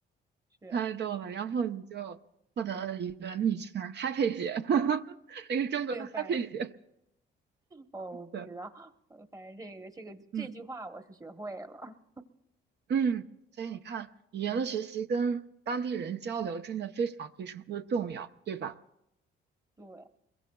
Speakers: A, on the right; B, on the right.
A: 是。
B: 太逗了。然后你就获得了一个昵称 h a p p y 姐，<laughs> 那个中国的
A: 对，反正
B: Happy 姐，
A: 哦，我不知道，
B: 对，
A: 呃反正这个这个这句话我是学会了。
B: 嗯嗯，所以你看，语言的学习跟当地人交流真的非常非常的重要，对吧？
A: 对，